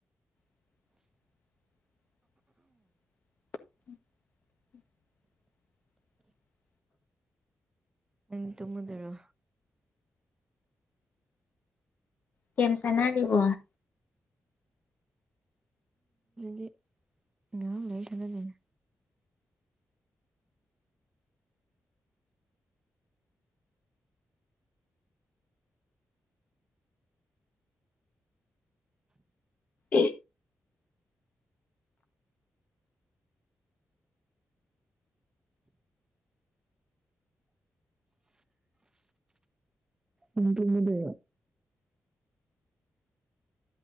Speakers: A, on the left; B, on the right.
A: <unintelligible> <unintelligible>
B: ꯅ ꯇꯃꯗꯔ
A: ꯀꯦꯝ ꯁꯅꯥ ꯗꯕ
B: ꯗꯤ ꯉ ꯂꯩ ꯁꯂꯅ
A: ꯑꯦ
B: ꯎ ꯇꯃꯗꯔꯣ